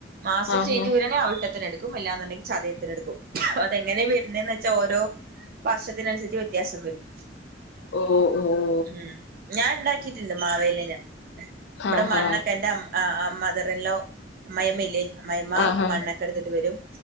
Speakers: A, on the right; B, on the left.
A: മാസത്തില്
B: ആഹാ
A: ചേഞ്ച് വരുവാണേൽ അവിട്ടത്തിനെടു ക്കും അല്ലാന്നുണ്ടെങ്കി ചതയത്തിനെടുക്കും അതെങ്ങനെയാ വരുന്നേന്ന് വെ ച്ചാ ഓരോ വർഷത്തിന് അനുസരിച്ച് വ്യത്യാസം വരും
B: ഓ ഓ
A: ഉം ഞാൻ ഉണ്ടാക്കീട്ടുണ്ട് മാവേലിനെ ഇവടെ
B: ആഹാ
A: മണ്ണൊക്കെ എന്റെ അമ്മ ആഹ് മതറിൻലോ അമ്മായിയമ്മ ഇല്ലേ അമ്മായിയമ്മ
B: ആഹാ
A: മണ്ണ ക്കെ എടുത്തിട്ട് വരും